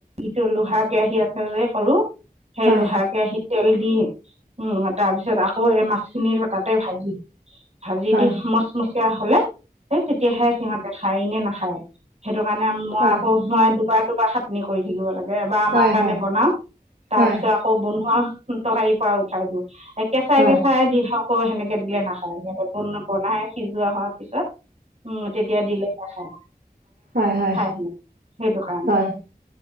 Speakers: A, on the right (about 45°); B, on the right (about 70°).
A: ইটো লোহা কেৰাহী আছে যে সৰু। - সেই
B: হয়
A: লোহা কেৰাহি - তেল দি উ তাৰ পিছত আকৌ এই মাছখিনিৰ তাতে ভাজি দি - ভাজি
B: হয়
A: দি মচমচিয়া হলে সেই তেতিয়াহে সিহঁতে খায় এনে নাখায়। সেইটো কাৰণে মই
B: হয়
A: আকৌ মই দুবাৰ দুবাৰ খাটনি কৰি থাকিব লাগে। এবাৰ আমাৰ
B: হয়
A: কাৰণে
B: হয়
A: বনাও তাৰ
B: হয় হয়
A: পিছত আকৌ বনোৱা তৰকাৰি পৰা উঠাই দিওঁ। কেঁচাই
B: হয়
A: কেঁচাই দি খাও। অ সেনেকে দিলে নাখায় বনাই সিজোৱা হোৱাৰ পিছত উম তেতিয়া দিলে - নাখায়।
B: হয়হয়
A: সিহঁতে সেইটো কাৰণে
B: হয়